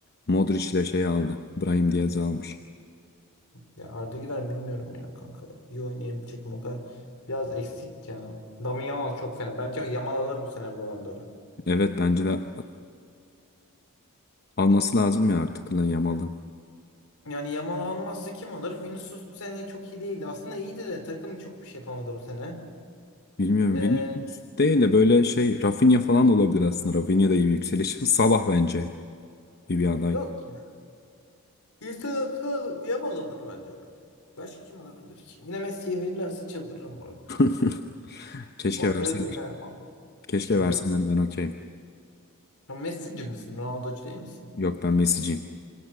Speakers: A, on the left; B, on the left.
A: Modric ile şey aldı. Brahim Diaz'ı almış.
B: Ya Arda Güler bilmiyorum ya kanka. İyi oynayabilecek mi o kadar? Biraz eksik ya. Dami Yamal çok fena. Bence Yamal alır bu sene bu Ballon d'Or'u.
A: Evet bence de alması lazım ya artık lan Yamal'ın.
B: Yani Yamal almazsa kim alır? Vinicius bu sene çok iyi değildi. Aslında iyiydi de takım çok bir şey yapamadı bu sene.
A: Bilmiyorum.
B: Ee,
A: Vinicius değil de böyle şey Rafinha falan da olabilir aslında. Rafinha da iyi bir yükseliş. Salah bence iyi bir aday.
B: yok. ya. İnsan aklı Yamal alır bence. Başka kim alabilir ki? Yine Messi'ye verirlerse çıldırırım bu arada.
A: <laughs> Keşke
B: Ortada
A: verseler.
B: verirler.
A: Keşke
B: Yok.
A: verseler ben okeyim.
B: Ya Messi'ci misin? Ronaldo'cu değil misin?
A: Yok ben Messi'ciyim.